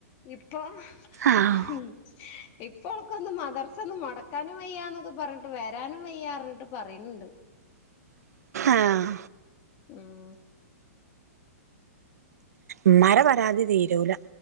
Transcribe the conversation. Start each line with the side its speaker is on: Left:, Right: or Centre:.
Left: ഇപ്പൊ
Right: ആഹ്
Left: ഹും ഇപ്പോൾക്കൊന്നും മദർസന്നും നടക്കാനും വയ്യാന്നൊക്കെ പറഞ്ഞിട്ട് വരാനും വയ്യാറഞ്ഞിട്ട് പറയുന്നുണ്ട്.
Right: ആഹ്
Left: ഉം
Right: ഉമ്മാടെ പരാതി തീരൂല.